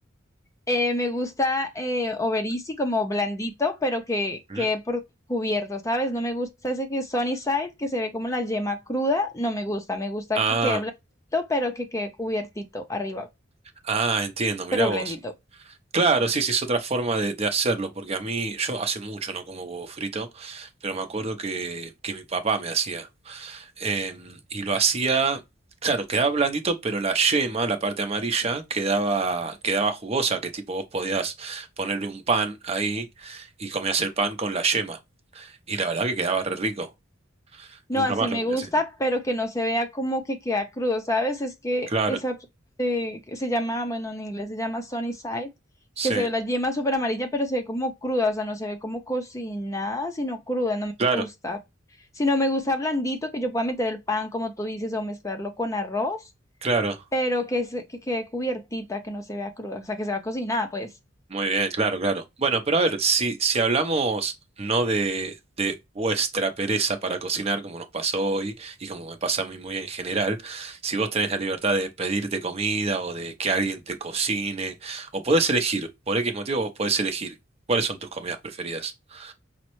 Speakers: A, on the left; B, on the right.
A: Eh, me gusta eh, Oberisi como blandito, pero que
B: ¿Mm?
A: quede por cubierto, ¿sabes? No me gusta ese que es sunny side, que se ve como la yema cruda, no me gusta, me gusta
B: Ah,
A: que quede blandito, pero que quede cubiertito arriba,
B: ah, entiendo, mirá
A: pero
B: vos.
A: blandito.
B: Claro, sí, sí, es otra forma de, de hacerlo, porque a mí, yo hace mucho no como huevo frito, pero me acuerdo que, que mi papá me hacía. Em, y lo hacía, claro, quedaba blandito, pero la yema, la parte amarilla, quedaba, quedaba jugosa, que tipo vos podías ponerle un pan ahí y comías el pan con la yema. Y la verdad que quedaba re rico.
A: No,
B: Nunca
A: así
B: más lo
A: me
B: comí
A: gusta,
B: así.
A: pero que no se vea como que queda crudo, ¿sabes? Es que
B: Claro,
A: esa eh, que se llama, bueno, en inglés se llama sunny side,
B: sí,
A: que se ve la yema súper amarilla, pero se ve como cruda, o sea, no se ve como cocinada, sino cruda, no me
B: claro,
A: gusta. Si no me gusta blandito, que yo pueda meter el pan, como tú dices, o mezclarlo con arroz,
B: claro.
A: pero que, se- que quede cubiertita, que no se vea cruda, o sea, que se vea cocinada, pues.
B: Muy bien, claro, claro. Bueno, pero a ver, si, si hablamos no de, de vuestra pereza para cocinar, como nos pasó hoy y como me pasa a mí muy en general, si vos tenés la libertad de pedirte comida o de que alguien te cocine, o podés elegir, por X motivo vos podés elegir cuáles son tus comidas preferidas. <laughs>